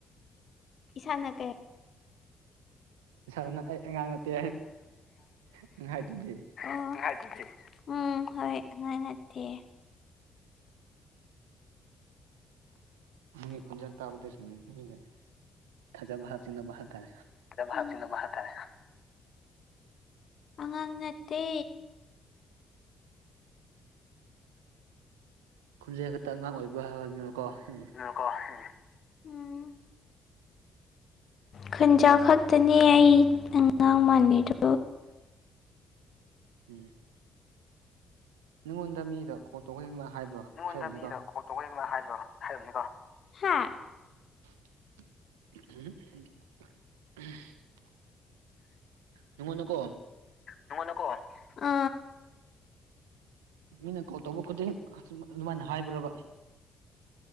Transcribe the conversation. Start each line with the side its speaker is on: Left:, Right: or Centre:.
Left: ꯏꯁꯥꯅ ꯀꯩ
Right: ꯏꯁꯥꯅ ꯅꯪ ꯑꯩ ꯑꯉꯥꯡ ꯅꯠꯇꯦ ꯅꯪ ꯍꯥꯏ ꯍꯥꯏꯗꯨꯗꯤ
Left: ꯑꯣ ꯎꯝ ꯍꯣꯏ ꯑꯉꯥꯡ ꯅꯠꯇꯦ
Right: ꯎꯝ ꯅꯪꯒꯤ ꯈꯣꯟꯖꯦꯟ ꯇꯥꯕꯗꯁꯨ ꯃꯤꯅ ꯐꯖꯕ ꯍꯥꯞꯆꯤꯟꯗꯧꯕ ꯍꯥꯞ ꯇꯔꯦ
Left: ꯑꯗꯨꯕꯨ ꯍꯥꯞꯆꯤꯟꯗꯧꯕ ꯍꯥꯞꯇꯥꯔꯦ ꯑꯉꯥꯡ ꯅꯠꯇꯦ
Right: ꯈꯣꯟꯖꯦꯜ ꯈꯛꯇ ꯑꯉꯥꯡ ꯑꯣꯏꯕ ꯍꯥꯏꯕꯗꯨꯅꯦꯀꯣ ꯎꯝ
Left: ꯀꯣ ꯎꯝ ꯈꯣꯟꯖꯦꯜ ꯈꯛꯇꯅꯦ ꯑꯩ ꯑꯉꯥꯡ ꯃꯥꯟꯅꯤꯗꯣ
Right: ꯎꯝ ꯅꯉꯣꯟꯗ ꯃꯤꯗ ꯀꯣꯜ ꯇꯧꯕꯒꯤ ꯑꯩꯉꯣꯟꯗ ꯍꯥꯏꯕ꯭ꯔꯣ
Left: ꯅꯉꯣꯟꯗ
Right: ꯍꯥꯏꯔꯝꯅꯤꯀꯣ
Left: ꯃꯤꯗ ꯀꯣꯜꯇꯧꯕꯩ ꯑꯉꯣꯟꯗ ꯍꯥꯏꯕ꯭ꯔꯣ ꯍꯥꯏꯔꯝꯅꯤꯀꯣ ꯍꯥ
Right: <unintelligible> ꯅꯉꯣꯟꯗꯀꯣ
Left: ꯅꯉꯣꯟꯗꯀꯣ ꯑ
Right: ꯃꯤꯅ ꯀꯣꯜ ꯇꯧꯕ ꯈꯨꯗꯤꯡ ꯑꯁꯨꯝ ꯑꯗꯨꯃꯥꯏꯅ ꯍꯥꯏꯕ꯭ꯔꯕ